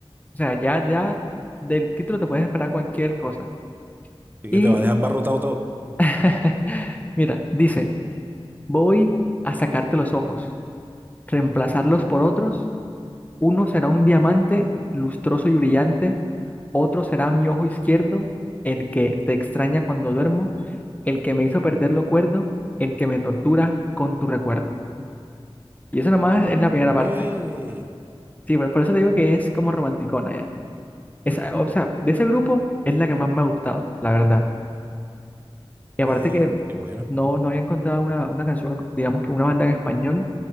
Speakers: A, on the left (about 15°); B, on the right (about 20°).
A: O sea, ya, ya del título te puedes esperar cualquier cosa.
B: ¿Y
A: Y,
B: que te va a dejar embarrotado todo?
A: <laughs> mira, dice, voy a sacarte los ojos, reemplazarlos por otros, uno será un diamante lustroso y brillante, Otro será mi ojo izquierdo, el que te extraña cuando duermo, el que me hizo perder lo cuerdo, el que me tortura con tu recuerdo. Y eso nomás es la primera
B: Huele.
A: parte. Sí, por, por eso te digo que es como romanticona ya. Esa, o sea, de ese grupo es la que más me ha gustado, la verdad. Y
B: Ve,
A: aparte que
B: qué bueno.
A: no, no había encontrado una, una canción, digamos que una banda en español